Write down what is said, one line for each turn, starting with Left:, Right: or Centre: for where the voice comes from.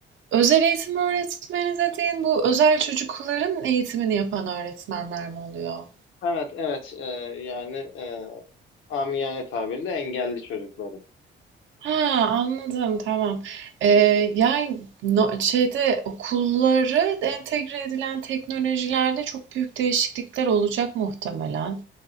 Right: Özel eğitim öğretmeni dediğin bu özel çocukların eğitimini yapan öğretmenler mi oluyor?
Left: Evet, evet. e, yani e, amiyane tabirle engelli çocukların.
Right: Ha anladım tamam. Ee, yani no- şeyde okulları entegre edilen teknolojilerde çok büyük değişiklikler olacak muhtemelen.